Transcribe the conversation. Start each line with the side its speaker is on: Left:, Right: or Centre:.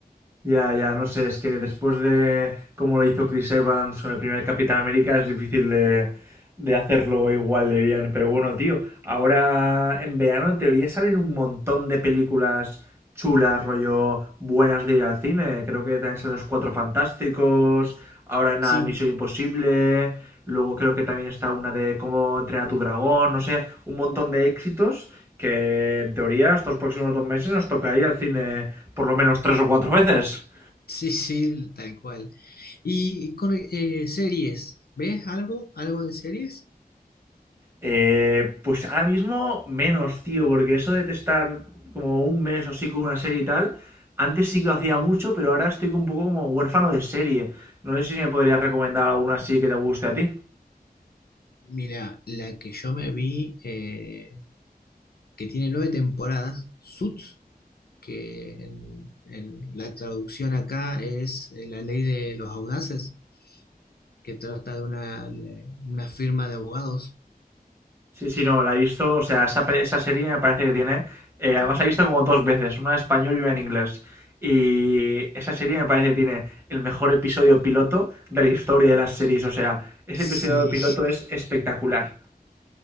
Right: Ya, ya, no sé, es que después de cómo lo hizo Chris Evans con el primer Capitán América es difícil de, de hacerlo igual de bien. Pero bueno, tío, ahora en verano en teoría salen un montón de películas chulas, rollo buenas de ir al cine. Creo que también salen Los Cuatro Fantásticos, ahora en nada
Left: Sí,
Right: Misión Imposible, luego creo que también está una de Cómo entrenar a tu dragón, no sé, un montón de éxitos que en teoría estos próximos dos meses nos toca ir al cine por lo menos tres o cuatro veces.
Left: sí, sí, tal cual. Y con eh, series, ¿ves algo? ¿Algo de series?
Right: Eh, pues ahora mismo menos, tío, porque eso de estar como un mes o así con una serie y tal, antes sí que lo hacía mucho, pero ahora estoy un poco como huérfano de serie. No sé si me podrías recomendar alguna así que te guste a ti.
Left: Mira, la que yo me vi, eh, que tiene nueve temporadas, Suits, que en, en la traducción acá es eh, la ley de los audaces, que trata de una, una firma de abogados.
Right: Sí, sí, no, la he visto, o sea, esa, esa serie me parece que tiene, eh, además la he visto como dos veces, una en español y una en inglés. Y esa serie me parece que tiene el mejor episodio piloto de la historia de las series, o sea, ese
Left: Sí,
Right: episodio piloto es espectacular.